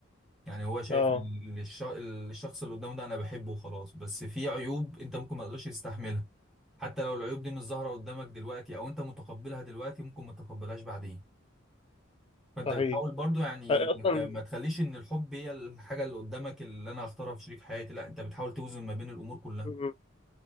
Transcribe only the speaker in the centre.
يعني هو شايف
ال- الش- الشخص اللي قدامه ده انا بحبه وخلاص بس في عيوب انت ممكن ما تقدرش تستحملها حتى لو العيوب دي مش ظاهرة قدامك دلوقتي او انت متقبلها دلوقتي ممكن ما تتقبلهاش بعدين فانت
بتحاول برضو يعني
انك
ما تخليش ان الحب هي الحاجة اللي قدامك اللي انا هختارها في شريك حياتي لا انت بتحاول توزن ما بين الامور كلها